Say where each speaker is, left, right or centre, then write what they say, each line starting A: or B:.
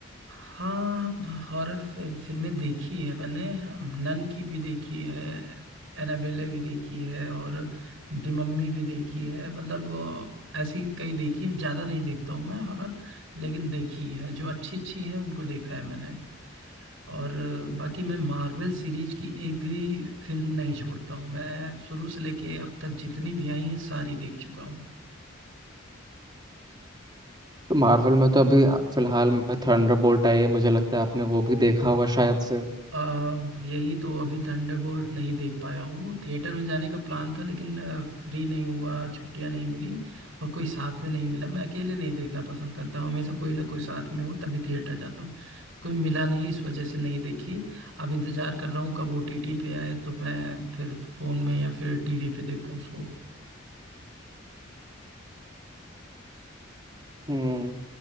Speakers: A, on the right; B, on the right.
A: हाँ हॉरर फिल्में देखी है मैंने हम, नन की भी देखी है एनाबेले भी देखी है और दी मम्मी भी देखी है मतलब अ, ऐसी कई देखी ज़्यादा नहीं देखता हूँ मैं हॉरर लेकिन देखी है जो अच्छी अच्छी है उनको देखा है मैंने और बाकी मैं मार्वल सीरीज की एक भी फिल्म नहीं छोड़ता हूँ मैं शुरू से लेके अब तक जितनी भी आई हैं सारी देख चुका हूँ
B: तो मार्वल में तो अभी फिलहाल में थंडरबोल्ट आई है मुझे लगता है आपने वो भी देखा होगा शायद से
A: अ, यही तो अभी थंडरबोल्ट नहीं देख पाया हूँ थिएटर में जाने का प्लान था लेकिन फ्री नहीं हुआ छुट्टियाँ नहीं मिली और कोई साथ में नहीं मिला मैं अकेले नहीं देखना पसंद करता हूँ हमेशा कोई ना कोई साथ में हो तभी थिएटर जाता हूँ कोई मिला नहीं इस वजह से नहीं देखी अब इंतजार कर रहा हूँ कब ओटीटी पे आए तो मैं फिर फोन में या फिर टीवी पे देखूँ उसको
B: हम्म